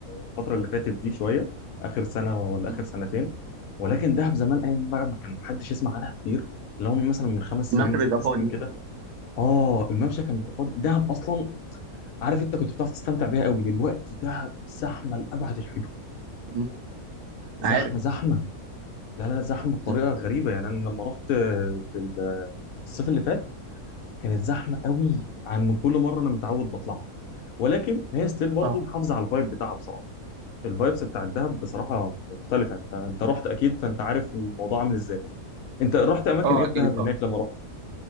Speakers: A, on the left (about 70°); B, on the right (about 65°).
A: الفتره اللي فاتت دي شويه اخر سنه ولا
B: مم.
A: اخر سنتين ولكن دهب زمان ايام بقى ما كان محدش يسمع عنها كتير لو مثلا من خمس
B: الممشى
A: سنين
B: بيبقى
A: ست سنين
B: فاضي
A: كده اه الممشى كان بيبقى فاضي دهب اصلا عارف انت كنت بتعرف تستمتع بيها قوي دلوقتي دهب زحمه لابعد الحدود
B: مم.
A: زحمه
B: عارف
A: زحمه لا لا لا زحمه بطريقه
B: مم.
A: غريبه يعني انا لما رحت آه، في ال- الصيف اللي فات كانت زحمه قوي عن من كل مره انا متعود بطلعها ولكن هي ستيل برضه
B: اه
A: محافظه على الفايب بتاعها بصراحه الفايبس بتاع الدهب بصراحه مختلفه انت انت رحت اكيد فانت عارف الموضوع عامل ازاي انت رحت اماكن
B: اه
A: ايه في
B: اكيد
A: دهب هناك
B: اه
A: لما رحت